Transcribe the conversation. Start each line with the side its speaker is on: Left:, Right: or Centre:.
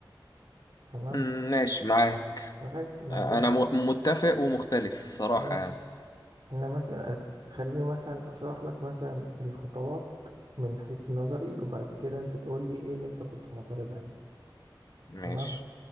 Right: تمام
Left: مم، ماشي معاك
Right: لغاية ما
Left: انا
Right: نجمع
Left: م- متفق ومختلف صراحة
Right: ماشي
Left: يعني
Right: احنا مثلا أت- خليني مثلا اشرح لك مثلا الخطوات من حيث نظري وبعد كده انت تقول لي ايه اللي انت كنت معترض عليه
Left: ماشي
Right: تمام